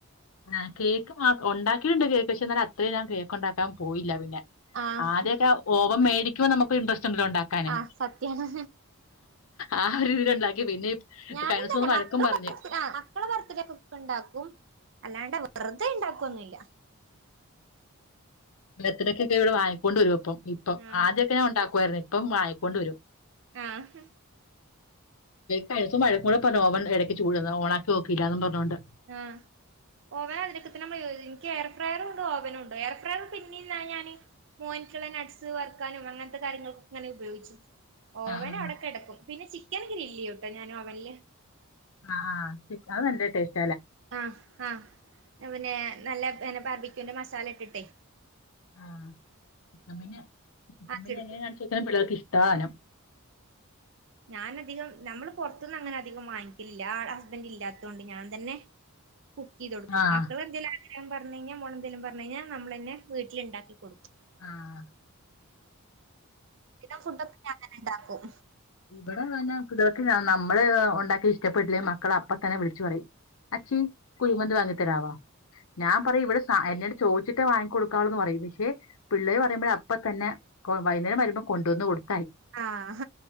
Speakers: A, on the left; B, on the right.
A: ആ കേക്ക് മാ ഉണ്ടാക്കി കേക്ക പക്ഷ എന്നാൽ അത്രയും ഞൻ കേക്കണ്ടാക്കാൻ പോയില്ല പിന്നെ
B: ആഹ്
A: ആദ്യൊക്കെ ഓവൻ മേടി- എനക്ക് ഇൻട്രസ്റ്റ് ഉണ്ടാക്കാന്
B: ആഹ് സത്യാണ്
A: ആ ഒരു ഇതിൽ ഉണ്ടാക്കി പിന്നെ-
B: ഞാന
A: കഴിഞ്ഞ ദിവസം
B: തന്നെ
A: ഒന്ന് വഴക്കും
B: മക്കള
A: പറഞ്ഞ്
B: മക്കളെ ബർത്ത്ഡക്കെ ഒക്കെ ഉണ്ടാക്കും അല്ലാണ്ട് വെറുതെ ഉണ്ടാക്കൊന്നുമല്ല
A: ബർത്ത്ഡേക്ക് ഒക്കെ ഇവിടെ വാങ്ങിക്കൊണ്ട വരും അപ്പം. ഇപ്പം
B: ആഹ്
A: ആദ്യക്കെ ഞാൻ ഉണ്ടാക്കുവായിന്നു ഇപ്പം വാങ്ങിക്കൊണ്ടു വരും
B: ആഹ
A: പൈസം <unintelligible> വഴക്ക് കൂടി പറഞ്ഞു ഓവൻ ഇടക്ക് ചൂടുന്ന് ഓണാക്കി നോക്കയില്ലന്ന് പറഞ്ഞോൊണ്ട്
B: ആഹ ഓവന അതിനൊക്കെ പ്രയജ എനിക്ക് എയർ ഫ്രയറും ഉണ്ട് ഓവനും ഉണ്ട് എയർ ഫ്രയർ പിന്നെ ഞാന് മോൻകിള നട്ട്സ് വറുക്കാനും അങ്ങനത്തെ കാര്യങ്ങൾക്കെ ഇങ്ങനെ ഉപയോഗിച്ചു ഓവന
A: ആഹ്
B: അടക്കെടക്കും പിന്നെ ചിക്കൻ ഗ്രില്ലി കേട്ടോ ഞാനും ഓവനില്
A: ആഹ ആഹ് ച അതല്ലേ ടേസ്റ്റ്
B: ആഹ് ആഹ് പിന്നെ നല്ല പിന്നെ ബർദിക്കണ്ട് മസാല ഇട്ടിട്ടെ
A: ആന്നെന്നെ
B: ആക്കിയെടുക്കും
A: എങ്ങെയെ കാണിച്ചോക്ക പിള്ളേർക്ക് ഇഷ്ട- ദാനം
B: ഞാൻ അധികം നമ്മള് പുറത്തന്നും അങ്ങനെ അധികം വാങ്ങിക്കലില്ല ആ ഹസ്ബൻറ് ഇല്ലാത്ത കൊണ്ട് ഞാൻ തന്നെ- <unintelligible> കുക്ക് ചെയ്ത കൊടുും
A: ആഹ്
B: മക്കൾെന്തെലും ആഗ്രഹം പറഞ്ഞ കഴിഞ്ഞാ മോളെന്തേലും പറഞ്ഞു കഴഞ്ഞാൽ നമ്മ തന്നെ വീട്ടിലണ്ടാക്ക കു
A: ആഹ്
B: എും ഫുഡ ഒക്കെ ഞങ്ങനെ ഉണ്ടാക്കും
A: ഇവിടെന്ന ഇക്ക് നമ്മള് ഉണ്ടാക്കി ഇഷ്ടപ്പെട്ടില്ലേ മക്കളെ അപ്പ തന്നെ വിളിച്ചു പറയും അച്ചി കുഴ്മന്ത് വാങ്ങിത്തരാവാ ഞാൻ പറയും ഇവിടെ സ എന്നെടുത്ത് ചോദിച്ചിട്ട് വാങ്ങിക്കടുക്കുകുന്ന് പറയും പേ പിള്ളേെ പറയുമ്പോഴ ഇപ്പൊ തന്നെ വൈകുന്നരംരുമ്പോ കൊുവന്ന് കൊടുക്ക
B: ആഹ